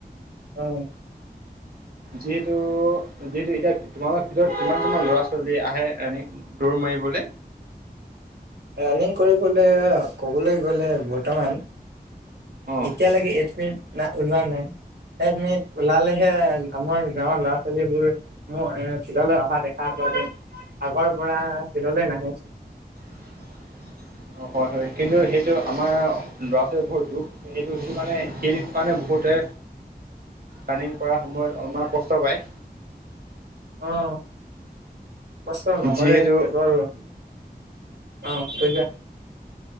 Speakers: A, on the right; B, on the right.
A: অ।
B: যিহেতু যিহেতু এতিয়া তোমালোকৰ ভিতৰত কিমান কিমান ল'ৰা ছোৱালী আহে এনে দৌৰ মাৰিবলৈ? কি বুলে
A: ৰানিং কৰিবলে ক'বলৈ গ'লে বৰ্তমান।
B: অ
A: এতিয়ালৈাকে এডমিত না ওলোৱা নাই। এডমিত ওলালেহে আমাৰ গাঁৱৰ ল'ৰা ছোৱালীবোৰ মোৰ এ ফিল্ডলৈ অহা দেখা পোৱা যায়। আগৰ পৰা ফিল্ডলৈ নাহে।
B: <inaudible> অ, হয়-হয়, কিন্তু সেইটো আমাৰ ল'ৰা ছোৱালীৰ বহুত দুখ সেইটো-সেইটো কাৰণে, সেই দিশ কাৰণে বহুতে ৰাণিং কৰাৰ সময়ত, অলপমান কষ্ট পায়।
A: আহ কষ্ট নকৰে,
B: যিহেতু
A: কেৱল অ থই দিয়া।